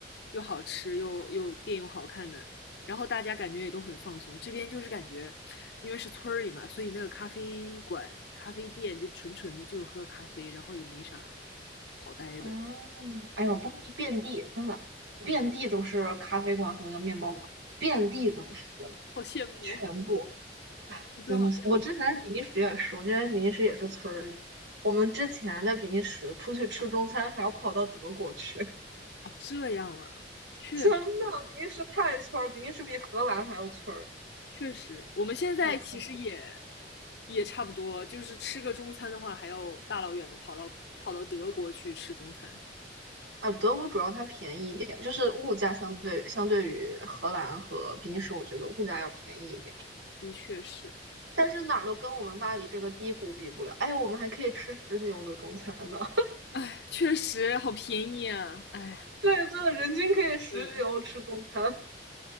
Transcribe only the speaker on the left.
又好吃又又店又好看的，然后大家感觉也都很放松。这边就是感觉，因为是村儿里嘛，所以那个咖啡馆、咖啡店就纯纯就是喝咖啡，然后也没啥好待的，
好羡慕，
我真的好羡慕。
哦，这样啊，确实。
确实，我们现在其实也
也差不多，就是吃个中餐的话，还要大老远的跑到跑到德国去吃中餐，
的确是，
哎，确实好便宜啊，哎，
是，